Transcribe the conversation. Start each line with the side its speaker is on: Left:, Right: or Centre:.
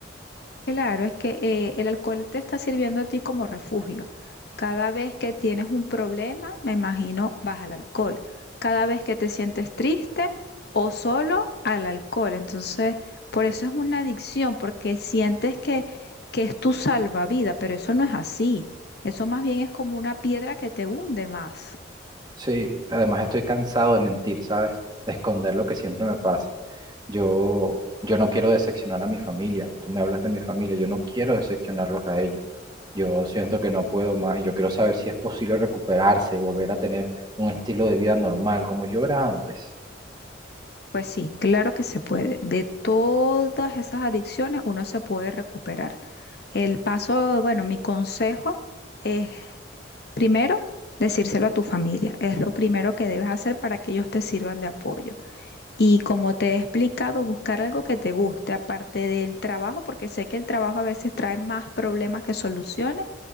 Left: Claro, es que eh, el alcohol te está sirviendo a ti como refugio. Cada vez que tienes un problema, me imagino, vas al alcohol. Cada vez que te sientes triste o solo, al alcohol. Entonces, por eso es una adicción, porque sientes que, que es tu salvavidas, pero eso no es así. Eso más bien es como una piedra que te hunde más.
Right: Sí, además estoy cansado de mentir, ¿sabes? De esconder lo que siempre me pasa. Yo, yo no quiero decepcionar a mi familia. Tú me hablas de mi familia, yo no quiero decepcionarlos a ellos. Yo siento que no puedo más. Yo quiero saber si es posible recuperarse y volver a tener un estilo de vida normal como yo era antes.
Left: Pues sí, claro que se puede. De todas esas adicciones uno se puede recuperar. El paso, bueno, mi consejo es Primero, decírselo a tu familia. Es lo primero que debes hacer para que ellos te sirvan de apoyo. Y como te he explicado, buscar algo que te guste, aparte del trabajo, porque sé que el trabajo a veces trae más problemas que soluciones.